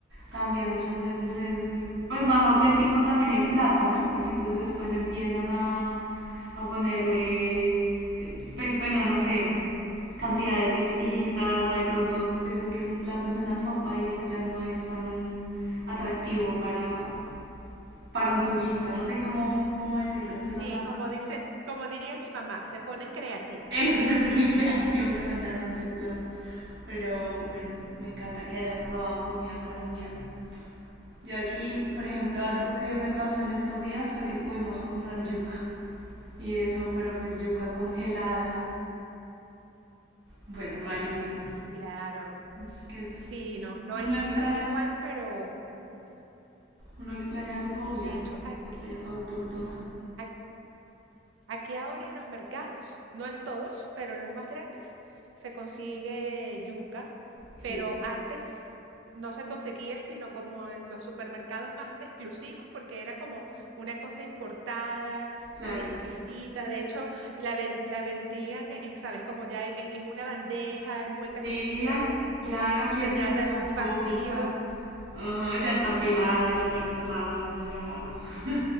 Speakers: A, on the right (about 60°); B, on the right (about 75°).
A: también muchas veces es mm, pues más auténtico también el plato, ¿no? Porque entonces después empiezan a, a ponerle, eh, pues bueno, no sé, cantidades distintas, a de pronto, pues es que es un plato, es una sopa y eso ya no es tan atractivo para, para un turista, no sé cómo, cómo decirlo, empiezan
B: Sí,
A: a
B: como dice, como diría mi mamá, se ponen creativos.
A: Eso se ponen <laughs> creativos y van dañando el plato. Pero bueno, me encanta que hayas probado comida colombiana. Yo aquí, por ejemplo,
B: Sí,
A: algo que me pasó en estos días fue que pudimos comprar yuca. Y eso, pero pues yuca congelada. Bueno, rarísimo.
B: claro.
A: Es que es...
B: Sí, no, no
A: Uno
B: es,
A: extraña,
B: no es igual, pero pasa.
A: uno extraña
B: Sí,
A: su comida
B: de hecho aquí,
A: auten- autóctona.
B: ujú, ac- aquí ahora en los mercados, no en todos, pero en los más grandes, se consigue yuca,
A: Sí,
B: pero antes no se conseguía sino como en los supermercados más exclusivos, porque era como una cosa importada,
A: claro.
B: muy exquisita. De hecho, la, ven- la vendían, e, en, ¿sabes? Como ya en en- en una bandeja, envuelta
A: Sí,
B: con un plástico,
A: a- claro, aquí
B: sellada
A: es en una
B: al
A: bolsa.
B: vacío.
A: Ajá, ya está pelada, ya está cortada, eso ya... <laughs>